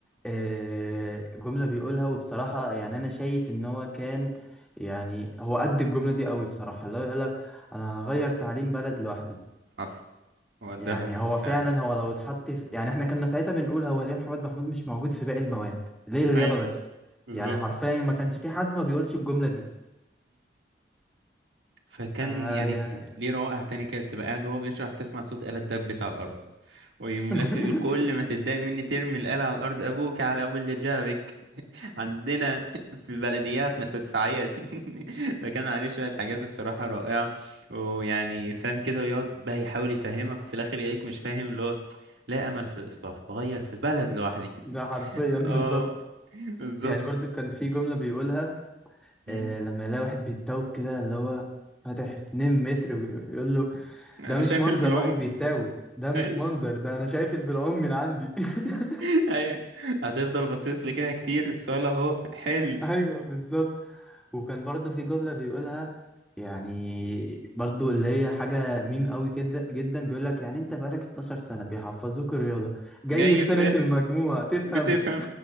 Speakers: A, in the centre; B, on the right (about 80°).
A: آه، جملة بيقولها وبصراحة يعني أنا شايف إن هو كان يعني هو قد الجملة دي قوي بصراحة اللي هو يقولك أنا هغير تعليم بلد لوحدي
B: حصل هو ده
A: يعني
B: هف-
A: هو
B: فعلا
A: فعلا هو لو اتحط في يعني احنا كنا ساعتها بنقول هو ليه محمد محمود مش موجود في باقي المواد ليه الرياضة
B: اي
A: بس
B: بالظبط
A: يعني حرفيا ما كانش في حد ما بيقولش الجملة دي
B: فكان
A: فيعني
B: يعني ليه روائع تانية كده تبقى قاعد وهو بيشرح تسمع صوت آلة دبت على الأرض ويقوم
A: <laughs>
B: لافف يقول كل ما تتضايق مني ترمي الآلة على الأرض أبوك على أبو اللي جابك <laughs> عندنا في بلدياتنا في الصعيد <laughs> فكان عليه شوية حاجات الصراحة رائعة ويعني فاهم كده ويقعد بقى يحاول يفهمك وفي الآخر يلاقيك مش فاهم اللي هو لا أمل في الإصلاح بغير في بلد لوحدي
A: ده حرفيا
B: <laughs>
A: بالظبط
B: اه بالظبط
A: يعني برضو كان في جملة بيقولها
B: مم.
A: آه لما يلاقي واحد بيتوب كده اللي هو فاتح 2 متر ويقول له
B: أنا
A: ده مش
B: شايف
A: منظر
B: البلوم
A: واحد بيتاوب ده مش
B: <laughs>
A: منظر ده انا شايف البلعوم من عندي <laughs>
B: <laughs> ايوه هتفضل باصص لي كده كتير السؤال اهو حلو
A: ايوه بالظبط وكان برضو في جملة بيقولها يعني برضو اللي هي حاجة ميم قوي كده جدا بيقول لك يعني انت بقالك 12 سنة بيحفظوك الرياضة جاي
B: جاي
A: في سنة
B: فاهم
A: المجموع تفهم
B: بتفهم